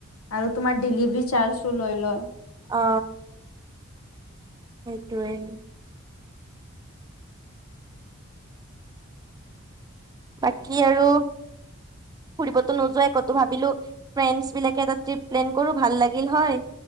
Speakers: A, on the left; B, on the right.
A: আৰু তোমাৰ ডেলিভাৰী চাৰ্জো লৈ লয়।
B: অ। সেইটোৱে। বাকী আৰু। ফুৰিবতো নোযোৱাই কতো ভাবিলো ফ্ৰেণ্ডচ বিলাকে এটা টপ প্লেন কৰো ভাল লাগিল হয়।